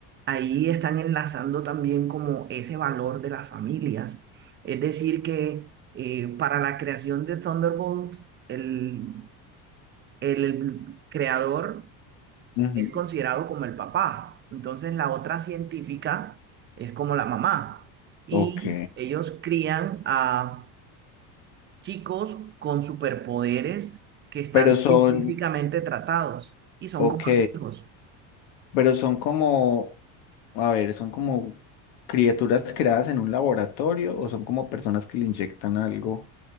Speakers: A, on the right (about 25°); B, on the left (about 80°).
A: ahí están enlazando también como ese valor de las familias. Es decir, que eh, para la creación de Thunderbolts, el, el creador
B: Ujú.
A: es considerado como el papá. Entonces la otra científica es como la mamá. Y
B: Ok.
A: ellos crían a chicos con superpoderes que están
B: Pero son,
A: científicamente tratados y son
B: Ok,
A: como los hijos.
B: pero son como, a ver, son como criaturas creadas en un laboratorio o son como personas que le inyectan algo